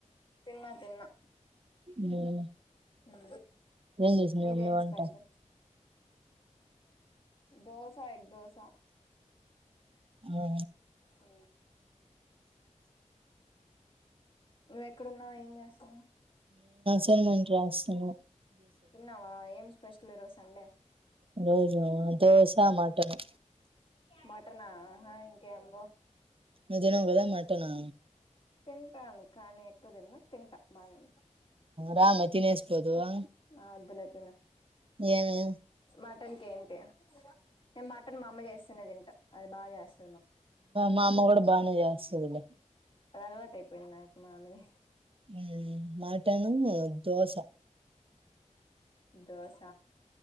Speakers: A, on the left; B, on the right.
A: తిన్నా తిన్నా
B: ఉమ్.
A: ఉ
B: ఏం చేసింది
A: మీదేన్
B: మీ మమ్మీ వంట
A: స్పెషల్ దోసా ఎ దోస స
B: ఆఓ
A: అ నువ్వెక్కడున్నావు ఏం చేసన్నా
B: వస్తానుండు రాస్తున్న
A: తిన్నావా ఏం స్పెషల్ ఎట్లో ఈరోజు సండే
B: ఈరోజు దోశ మటన్
A: మటనా హా ఇంకె అమ్బో
B: నువ్వు తినవు కదా మాటను
A: తింటాను కానీ ఎక్కువ తిన్ను తింటా బానె
B: రామ్మ తినేసిపోదువా
A: ఆ వద్దులే తిను
B: ఏమి
A: మటన్ ఏంటి నేను మటన్ మా అమ్మ చేస్తేనే తింటా అది బాగాచెస్తది
B: మాఅమ్మ కూడా బానే చేస్తులే
A: అలవాటు అయిపోయింది నాకు మామని
B: మా మటన్ దోశ
A: దోస